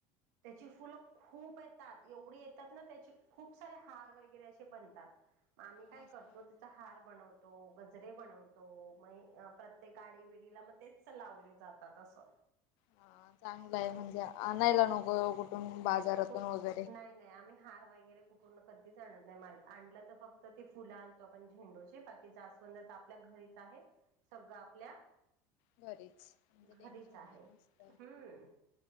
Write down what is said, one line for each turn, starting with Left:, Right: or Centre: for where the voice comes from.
Right: त्याची फुलं खूप येतात एवढी येतात ना त्याचे खूप सारे हार वैगरे असे बनतात. आम्ही काय
Left: मस्त.
Right: करतो, त्याचा हार बनव तो गजरे बनवतो, म हे प्रत्येक गाडी विडीला मग तेच लावले जातात असं.
Left: हा चांगलंय म्हणजे, आणायला नको कुठून? बाजारातून
Right: कुठ
Left: वगैरे.
Right: नाय नाय, आम्ही हार वैगेरे कुठ पूर्ण कधीच आणत नाय मार आणल, तर फक्त ती फुलं आणतो आपण झेंडूची बाकी जास्वंद तर आपल्या घ रिच आहे सगळं आपल्या
Left: घरीच म्हणजे
Right: घरीच
Left: टेन्शन
Right: आहे
Left: काही नसत.
Right: हम्म